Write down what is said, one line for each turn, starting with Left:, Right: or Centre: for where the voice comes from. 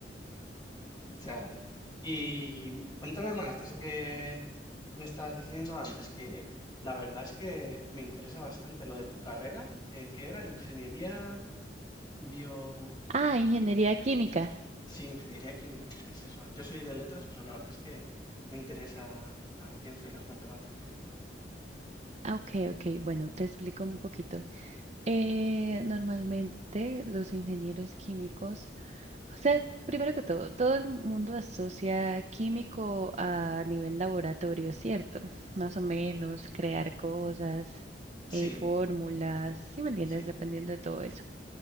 Left: Ya, ya. Y cuéntame más de eso que me estabas diciendo antes, que la verdad es que me interesa bastante lo de tu carrera, eh, que era ingeniería bio...
Right: Ah, ingeniería química.
Left: Sí, ingeniería química. ¿Qué es eso? Yo soy de letras, pero la verdad es que me interesa la ciencia y las matemáticas.
Right: Ah, ok, ok, bueno, te explico un poquito. Eh, normalmente los ingenieros químicos O sea, primero que todo, todo el mundo asocia químico a nivel laboratorio, ¿cierto? Más o menos, crear cosas,
Left: Sí,
Right: eh, fórmulas, ¿sí me entiendes?
Left: sí,
Right: Dependiendo de todo eso.